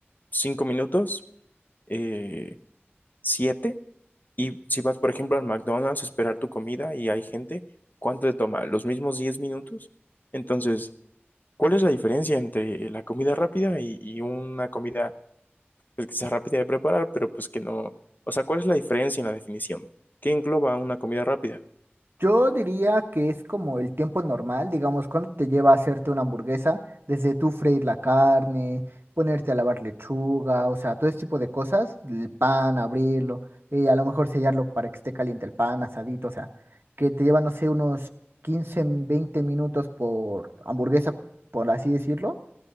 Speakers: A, on the left (about 45°); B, on the right (about 60°).
A: ¿Cinco minutos? Eh, siete. Y si vas, por ejemplo, al McDonald's a esperar tu comida y hay gente, ¿cuánto te toma? ¿Los mismos 10 minutos? Entonces, ¿cuál es la diferencia entre la comida rápida y, y una comida pues, que sea rápida de preparar, pero pues que no? O sea, ¿cuál es la diferencia en la definición? ¿Qué engloba una comida rápida?
B: Yo diría que es como el tiempo normal, digamos, cuando te lleva a hacerte una hamburguesa, desde tú freír la carne, ponerte a lavar lechuga, o sea, todo ese tipo de cosas, el pan, abrirlo, eh, a lo mejor sellarlo para que esté caliente el pan, asadito, o sea, que te lleva, no sé, unos 15, 20 minutos por hamburguesa, por así decirlo.